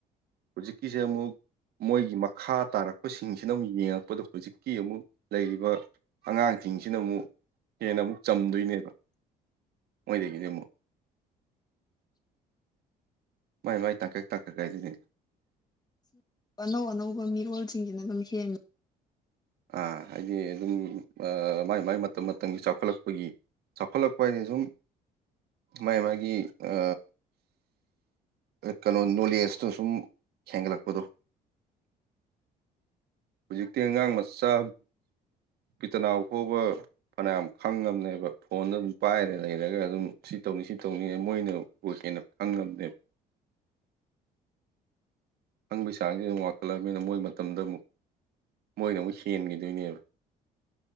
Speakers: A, on the right (about 70°); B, on the left (about 25°).
A: ꯍꯨꯖꯤꯛꯀꯤꯁꯦ ꯑꯃꯨꯛ ꯃꯣꯏꯒꯤ ꯃꯈꯥ ꯇꯥꯔꯛꯄꯁꯤꯡꯁꯤꯅ ꯑꯃꯨꯛ ꯌꯦꯡꯉꯛꯄꯗ ꯍꯧꯖꯤꯛꯀꯤ ꯑꯃꯨꯛ ꯂꯩꯔꯤꯕ ꯑꯉꯥꯡꯁꯤꯡꯁꯤꯅ ꯑꯃꯨꯛ ꯍꯦꯟꯅ ꯑꯃꯨꯛ ꯆꯝꯗꯣꯏꯅꯦꯕ ꯃꯣꯏꯗꯒꯤꯗꯤ ꯑꯃꯨꯛ ꯃꯥꯏ ꯃꯥꯏ ꯇꯥꯛꯀꯛ ꯇꯥꯛꯀꯛ ꯀꯥꯏꯗꯨꯅꯦ
B: ꯑꯅꯧ ꯑꯅꯧꯕ ꯃꯤꯔꯣꯜꯁꯤꯡꯁꯤꯅ ꯑꯗꯨꯝ ꯍ‌ꯦꯟ
A: ꯑꯥ ꯍꯥꯏꯗꯤ ꯑꯗꯨꯝ ꯑ ꯃꯥꯏ ꯃꯥꯏ ꯃꯇꯝ ꯃꯇꯝꯒꯤ ꯆꯥꯎꯈꯠꯂꯛꯄꯒꯤ ꯆꯥꯎꯈꯠꯂꯛꯄ ꯍꯥꯏꯗꯤ ꯁꯨꯝ ꯃꯥꯥꯏ ꯃꯥꯏꯒꯤ ꯑ ꯀꯩꯅꯣ ꯅꯣꯂꯦꯖꯇꯣ ꯁꯨꯝ ꯍꯦꯟꯒꯠꯂꯛꯄꯗꯣ ꯍꯧꯖꯤꯛꯇꯤ ꯑꯉꯥꯡ ꯃꯆꯥ ꯕꯤ ꯇꯅꯥꯎ ꯐꯥꯎꯕ ꯐꯅꯌꯥꯝ ꯈꯪꯉꯝꯅꯦꯕ ꯐꯣꯟꯗ ꯑꯗꯨꯝ ꯄꯥꯏꯔꯦ ꯂꯩꯔꯒ ꯑꯗꯨꯝ ꯁꯤ ꯇꯧꯅꯤ ꯁꯤ ꯇꯧꯅꯤ ꯃꯣꯏꯅꯕꯨ ꯍꯦꯟꯅ ꯈꯪꯉꯝꯅ‌ꯦꯕ ꯈꯪꯕꯩ ꯆꯥꯡꯖ‌ꯦ ꯑꯃꯨꯛ ꯋꯥꯡꯈꯠꯂꯕꯅꯤꯅ ꯃꯣꯏ ꯃꯇꯝꯗ ꯑꯃꯨꯛ ꯃꯣꯏꯗ ꯑꯃꯨꯛ ꯍ‌ꯦꯟꯒꯤꯗꯣꯏꯅꯦꯕ